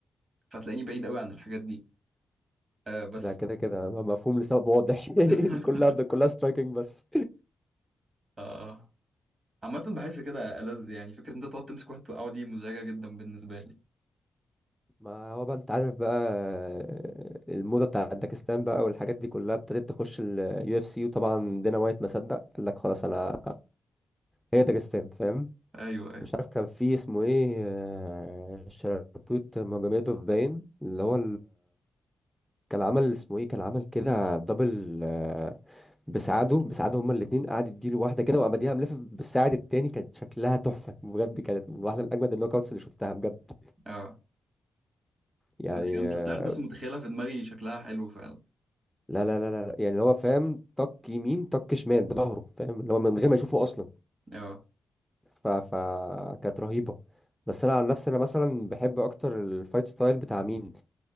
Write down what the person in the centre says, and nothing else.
ده كده كده م- مفهوم لسبب واضح
<laughs> كلها كلها سترايكنج بس
ما هو بقى انت عارف بقى الموضه بتاعت داكستان بقى والحاجات دي كلها ابتدت تخش اليو اف سي وطبعا دينا وايت ما صدق قال لك خلاص انا هي داكستان فاهم
مش عارف كان في اسمه ايه آه، شربوت ماجوميدوف باين اللي هو كان عمل اسمه ايه كان عمل كده دبل آه، بسعاده بسعاده هما الاثنين قعد يديله واحده كده وابديها ملف بالساعد التاني كانت شكلها تحفه بجد كانت واحده من اجمد النوك اوتس اللي شفتها بجد
يعني
آه،
لا لا لا لا لا، يعني هو فاهم طق يمين طق شمال بظهره فاهم اللي هو من غير ما يشوفه اصلا
ف ف كانت رهيبه بس انا عن نفسي انا مثلا بحب اكتر الفايت ستايل بتاع مين